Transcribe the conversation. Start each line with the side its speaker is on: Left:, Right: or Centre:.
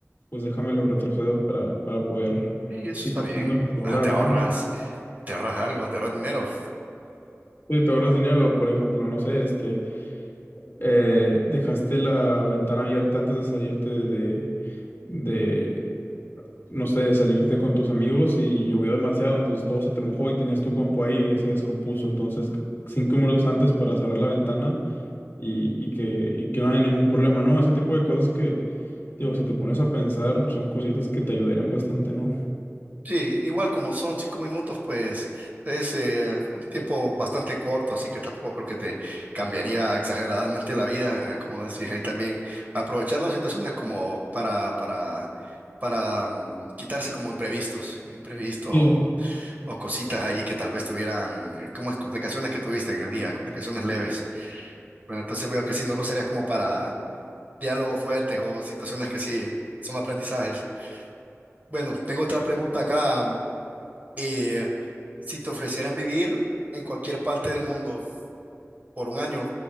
Left: pues déjamelo retrocedo para, para poder,
Right: Y eso
Left: sí,
Right: está bien.
Left: tener un celular,
Right: Ah, te ahorras,
Left: ¿no?
Right: te ahorras algo, te ahorras dinero.
Left: Sí, te ahorras dinero, por ejemplo, no sé, este... eh, dejaste la ventana abierta antes de salirte de, de, no sé, de salirte con tus amigos y llovió demasiado, entonces todo se te mojó y tenías tu compu ahí y ya se descompuso. Entonces, c- cinco minutos antes para cerrar la ventana y, y que, y que no haya ningún problema, ¿no? Ese tipo de cosas que, digo, si te pones a pensar, son cositas que te ayudarían bastante, ¿no?
Right: Sí, igual como son cinco minutos, pues es eh, un tiempo bastante corto, así que tampoco creo que te cambiaría exageradamente la vida, eh, como decís ahí también, aprovechar las situaciones como para, para, para mm, quitarse como imprevistos, imprevistos
Left: Sí.
Right: o, o cositas ahí que tal vez tuvieran, eh, como es complicaciones que tuviste en el día, complicaciones leves. Bueno, entonces veo que sí, no lo usarías como para diálogos fuertes o situaciones que sí son aprendizajes. Bueno, tengo otra pregunta acá. eh, si te ofrecieran vivir en cualquier parte del mundo por un año